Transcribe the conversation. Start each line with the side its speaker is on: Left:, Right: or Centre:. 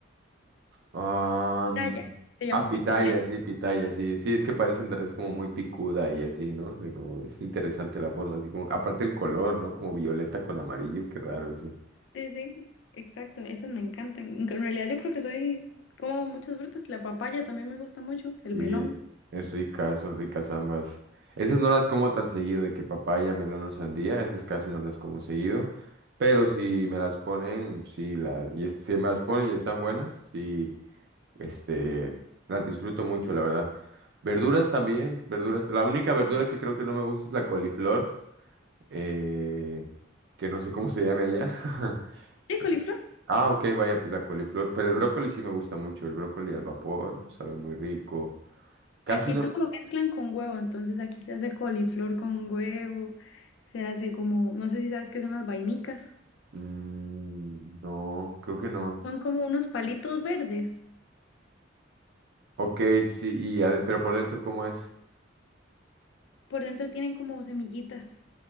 Right: Ah,
Left: pitaya,
Right: mm,
Left: se llama
Right: ah, pitaya,
Left: pitaya. <laughs>
Right: sí, pitaya, sí. Sí, es que parece un es como muy picuda y así, ¿no? O sea, como es interesante la forma, así como, aparte el color, ¿no? Como violeta con amarillo, qué raro, sí.
Left: Sí, sí, exacto, esas me encantan. En realidad yo creo que soy, como muchas frutas, la papaya también me gusta mucho,
Right: Sí,
Left: el melón.
Right: es rica, son ricas ambas. Esas no las como tan seguido, de que papaya, melón o sandía, esas casi no las como seguido. Pero si me las ponen, sí, la, y es- si me las ponen y están buenas, sí, este, las disfruto mucho, la verdad. Verduras también, verduras. La única verdura que creo que no me gusta es la coliflor, eh, que no sé cómo se llame allá.
Left: Sí,
Right: <laughs>
Left: coliflor.
Right: Ah, ok, vaya, pues la coliflor. Pero el brócoli sí me gusta mucho, el brócoli al vapor, sabe muy rico. Casi
Left: Aquí
Right: no.
Left: todo lo mezclan con huevo, entonces aquí se hace coliflor con huevo, se hace como, no sé si sabes qué son las vainicas.
Right: Mm, no, creo que no.
Left: Son como unos palitos verdes.
Right: Ok, sí, y ade- pero por dentro, ¿cómo es?
Left: Por dentro tienen como semillitas.